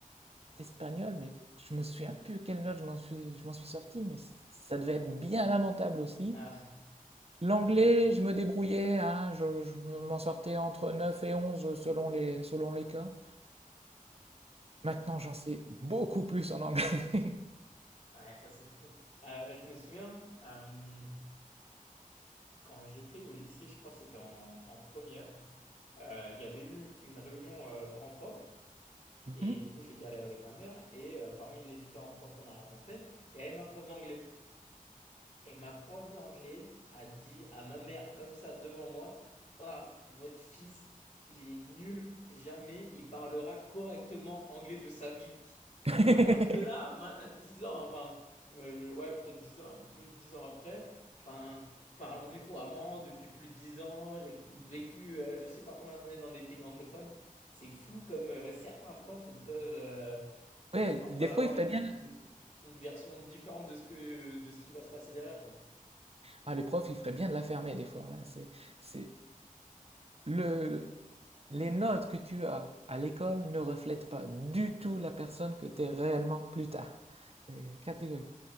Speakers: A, on the right (about 45°); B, on the left (about 55°).
A: espagnol, mais je me souviens plus quelle note je m'en suis, je m'en suis sorti, mais c- ça devait être bien lamentable aussi.
B: Ah,
A: L'anglais, je me débrouillais, hein, je, je m'en sortais entre 9 et 11 selon les, selon les cas. Maintenant,
B: ouais.
A: j'en sais beaucoup plus en anglais. <laughs>
B: Ouais, ça c'est fou. Euh, je me souviens, euh, quand j'étais au lycée, je crois que c'était en, en première, euh, il y avait eu une réunion euh, parents-prof.
A: Mhm.
B: Et du coup, j'étais allé avec ma mère. Et euh, parmi les différents profs qu'on a rencontrés, il y avait ma prof d'anglais. Et ma prof d'anglais a dit à ma mère comme ça devant moi, Ah, votre fils, il est nul, jamais il parlera correctement anglais de sa vie.
A: <laughs>
B: Alors que là, ma- 10 ans, enfin, euh, je- ouais, peut-être 10 ans, plus de 10 ans après, enfin, je parle anglais couramment depuis plus de 10 ans, j'ai vécu euh, je sais pas combien d'années dans des pays anglophones. C'est fou comme euh, certains profs peuvent, euh,
A: Ouais,
B: enfin,
A: des
B: peuvent avoir
A: fois, il ferait
B: une,
A: bien.
B: une version différente de ce que, de ce qui va se passer derrière, quoi.
A: Ah, les profs, ils feraient bien de la fermer, des fois. ouais, c'est, c'est le, les notes que tu as à l'école ne reflètent pas du tout la personne que tu es réellement plus tard. C'est catégorique.